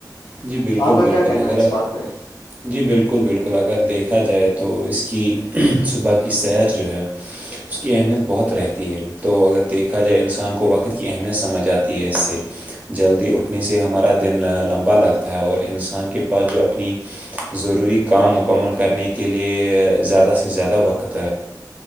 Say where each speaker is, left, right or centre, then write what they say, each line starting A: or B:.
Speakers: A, on the right; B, on the left.
A: جی بالکل
B: آپ کا
A: بالکل
B: کیا کہنا
A: اگر
B: ہے اس بات پہ
A: جی بالکل بالکل اگر دیکھا جائے تو اس کی صبح کی سیر جو ہے اس کی اہمیت بہت رہتی ہے تو اگر دیکھا جائے انسان کو وقت کی اہمیت سمجھ آتی ہے اس سے جلدی اٹھنے سے ہمارا دن لمبا لگتا تھا اور انسان کے پاس جو اپنی ضروری کام مکمل کر کرنے کے لیے زیادہ سے زیادہ وقت